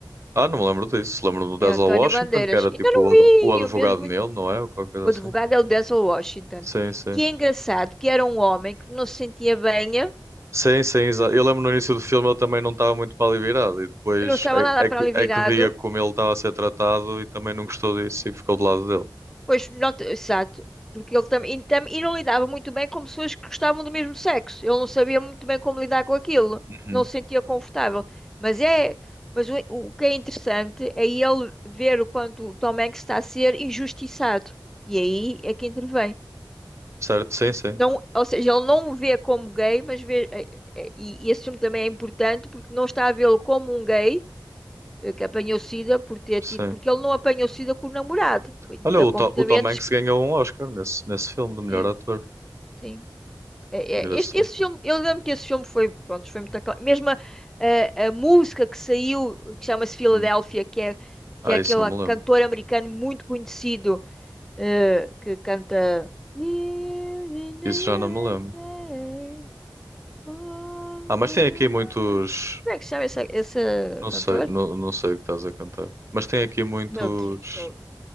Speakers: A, on the right (about 40°); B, in the centre.
A: Ah, não me lembro disso. Lembro-me do Denzel
B: É o António
A: Washington,
B: Bandeiras.
A: que era tipo
B: Ainda não
A: o
B: vi,
A: ad- o advogado
B: eu mesmo... muito-
A: nele, não é? Ou qualquer coisa
B: O
A: assim.
B: advogado é o Denzel Washington.
A: Sim, sim.
B: Que é engraçado, que era um homem que não se sentia bem, eh,
A: Sim, sim, exato. Eu lembro no início do filme ele também não estava muito para ali virado e depois
B: não estava
A: é,
B: nada para
A: é, que,
B: ali
A: é
B: virado,
A: que via como ele estava a ser tratado e também não gostou disso e ficou do lado dele.
B: Pois, nota, exato. Porque ele também e, tam- e não lidava muito bem com pessoas que gostavam do mesmo sexo. Ele não sabia muito bem como lidar com aquilo.
A: Uhum.
B: Não se sentia confortável. Mas é, mas o, o que é interessante é ele ver o quanto o Tom Hanks está a ser injustiçado. E aí é que intervém.
A: Certo? Sim, sim,
B: Não, ou seja, ele não o vê como gay, mas vê, é- é- e, e esse filme também é importante porque não está a vê-lo como um gay eh, que apanhou SIDA por ter
A: sim.
B: tido, porque ele não apanhou SIDA com o namorado. Foi devido
A: Olha,
B: a
A: o,
B: comportamentos
A: To- o Tom Hanks
B: que,
A: ganhou um Oscar nesse, nesse filme do melhor
B: sim.
A: ator.
B: Sim. É,
A: Engraçado.
B: é, este, esse filme, eu lembro que esse filme foi, pronto, foi muito aclamado. Mesmo a, a- a música que saiu, que chama-se Philadelphia,
A: Hum.
B: que é,
A: Ah,
B: que é aquele
A: isso não me lembro.
B: cantor americano muito conhecido, eh, que canta Live in the
A: Isso já não
B: USA.
A: me lembro.
B: Oh,
A: Ah, mas
B: na,
A: tem
B: na,
A: aqui
B: na,
A: muitos.
B: na. Como é que se chama esse, esse
A: Não
B: cantor?
A: sei, não, não sei o que estás a cantar. Mas tem aqui muitos.
B: Meu Deus, oh,